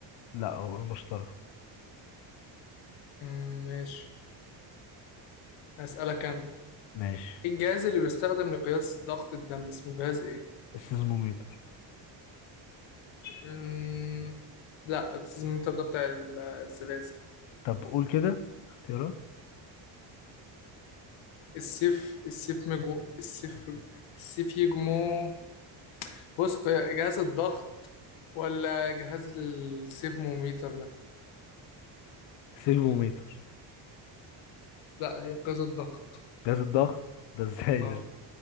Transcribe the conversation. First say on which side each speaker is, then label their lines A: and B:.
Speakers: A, on the left; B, on the left.
A: لا هو المشتري
B: مم، ماشي هسألك أنا
A: ماشي
B: إيه الجهاز اللي بيستخدم لقياس ضغط الدم اسمه جهاز إيه؟
A: السيزموميتر
B: مم... لا السيزمومتر ده بتاع ال- الزلازل
A: طب قول كده اختيارات
B: السيف السيف مجو السيف السيف يجمو بص قي- جهاز الضغط ولا جهاز السيفموميتر ده؟
A: سيزموميتر
B: لا هي قياس الضغط
A: جهاز الضغط ده ازاي
B: اه
A: ده